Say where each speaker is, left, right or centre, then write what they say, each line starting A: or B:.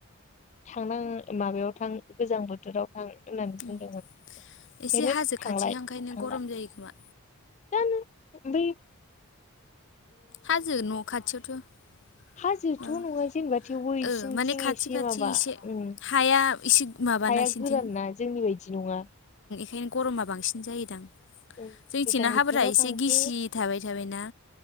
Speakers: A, on the left (about 30°); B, on the left (about 55°).
A: थांना माबायाव थां गोजां बोथोराव। थां होननानै
B: उम
A: बुंदोंमोन ओंखायनो
B: एसे हाजो
A: थांलाय
B: खाथि हांखायनो
A: थांला।
B: गरम जायो खोमा
A: दानो बेै
B: हाजो न' खाथियावथ'
A: हाजोथ'
B: माबा
A: नङा जेनेबा थेवबो इसिंथिं
B: ओ माने खाथि
A: एसे
B: खाथि
A: माबा
B: एसे
A: उम
B: हाया एसे माबाना
A: हाया
B: इसिनिथिं
A: गोरान ना जोंनि बायदि नङा।
B: ओंखायनो गरमा बांसिन जायोदां।
A: औ
B: जोंथिंना
A: गोजां बोथोराव
B: हाफोरा एसे
A: थांदो
B: गिसि थाबाय थाबायना।